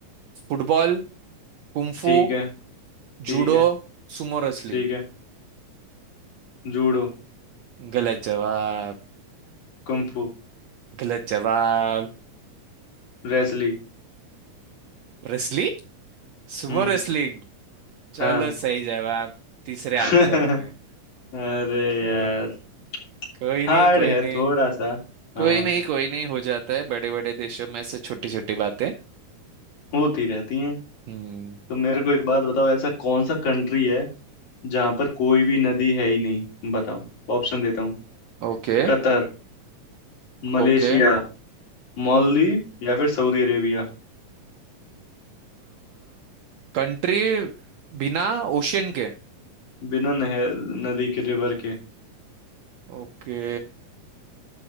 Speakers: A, on the right; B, on the left.
A: Football kung fu
B: ठीक है ठीक
A: judo
B: है
A: sumo wrestling
B: ठीक है जूडो
A: गलत जवाब
B: कुंफू
A: गलत जवाब
B: रेसलिंग
A: रेसली सुमो
B: हम्म
A: रेसलिंग चलो
B: हाँ
A: सही जवाब तीसरे
B: <laughs>
A: आंसर में
B: अरे यार
A: अ, कोई
B: हार्ड
A: नहीं कोई
B: है थोड़ा
A: नहीं
B: सा हाँ
A: कोई नहीं कोई नहीं हो जाता है बड़े बड़े देशों में से छोटी छोटी बातें
B: होती रहती हैं
A: हम्म
B: तो मेरे को एक बात बताओ ऐसा कौन सा कंट्री है जहाँ पर कोई भी नदी है ही नहीं बताओ ऑप्शन देता हूँ
A: Okay
B: कतर मलेशिया
A: okay
B: मालदीव या फिर सऊदी अरेबिया
A: कंट्री बिना ओशियन के
B: बिना नहर नदी के रिवर के
A: ओके